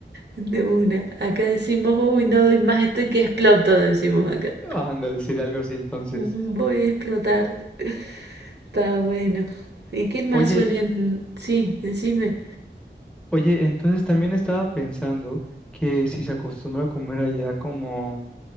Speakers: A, on the right (about 65°); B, in the centre.
A: de una. Acá decimos, uy, no doy más, estoy que exploto, decimos acá.
B: Ándale, sería algo así entonces.
A: Mm, Voy a explotar. <laughs> Está bueno. ¿Y qué más
B: Oye,
A: suelen? Sí, decime.
B: oye, entonces también estaba pensando que si se acostumbra a comer allá como